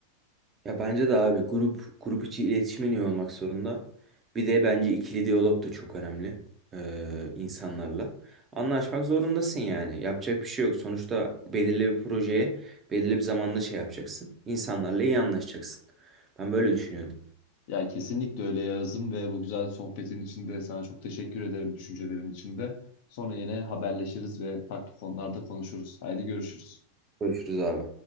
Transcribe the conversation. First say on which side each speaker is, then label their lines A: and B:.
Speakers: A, on the right; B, on the left.
A: Ya bence de abi grup grup içi iletişimin iyi olmak zorunda. Bir de bence ikili diyalog da çok önemli ee, insanlarla. Anlaşmak zorundasın yani. Yapacak bir şey yok. Sonuçta belirli bir projeye belirli bir zamanda şey yapacaksın. İnsanlarla iyi anlaşacaksın. Ben böyle düşünüyorum.
B: Ya kesinlikle öyle Yağız'ım ve bu güzel sohbetin içinde sana çok teşekkür ederim düşüncelerin içinde. Sonra yine haberleşiriz ve farklı konularda konuşuruz. Haydi görüşürüz.
A: Görüşürüz abi.